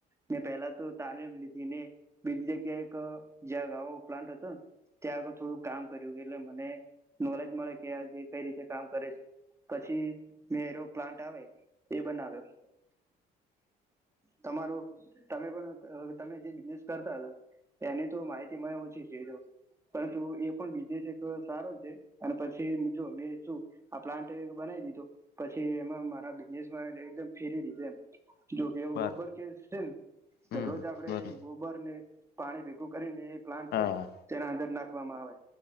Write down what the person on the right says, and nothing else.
ને પહેલા તો તાને લીધી ને બીજી જગ્યાએ એક જ્યા નવો પ્લાન્ટ હતો ન ત્યાં આગળ થોડું કામ કર્યું એટલે મને નોલેજ મળે કે આ જે કઈ રીતે કામ કરે છે પછી મેરો પ્લાન્ટ આવે એ બનાવ્યો. તમારો તમે પણ અ તમે જે બિઝનેસ કરતા હતા એની તો માહિતી મને ઓછી થઈજો. પરંતુ એ પણ બીઝનેશ છે કે સારો છે અને પછી જો મેમે શું આ પ્લાન્ટ એક બનાવી દીધો પછી એમાં મારા બિઝનેસમાં એકદમ ફેરવી દીધું એમ. જોકે એવું
ગોબર કે છે ન
દરરોજ આપડે
ગોબ બર ને પાણી ભેગું કરીને એ પ્લાન્ટ
હોય તેના અંદર નાખવામાં આવે.